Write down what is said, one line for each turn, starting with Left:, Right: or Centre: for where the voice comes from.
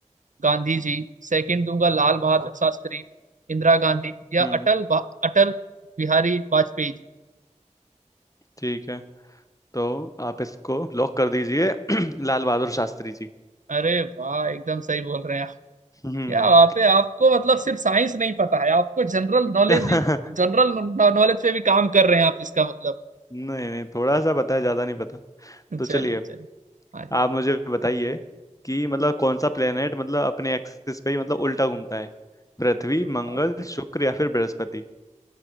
Right: गांधी जी सेकंड दूंगा लाल बहादुर शास्त्री इंदिरा गांधी या
Left: हम्म
Right: अटल बा- अटल बिहारी वाजपेयी जी।
Left: ठीक है तो आप इसको लॉक कर दीजिए <clears throat> लाल बहादुर शास्त्री जी
Right: अरे वाह एकदम सही बोल रहे हैं आप
Left: हम्म
Right: क्या बात है आपको मतलब सिर्फ साइंस नहीं पता है आपको जनरल नॉलेज
Left: <laughs> नहीं
Right: भी जनरल नॉलेज पे भी काम कर रहे हैं आप इसका मतलब
Left: नहीं नहीं, थोड़ा सा पता है ज्यादा नहीं पता तो चलिए
Right: चलिए चलिए हाँ जी
Left: आप मुझे बताइए कि मतलब कौन सा प्लेनेट मतलब अपने एक्सिस पे ही मतलब उल्टा घूमता है पृथ्वी
Right: अरे
Left: मंगल
Right: बाप रे
Left: शुक्र या फिर बृहस्पति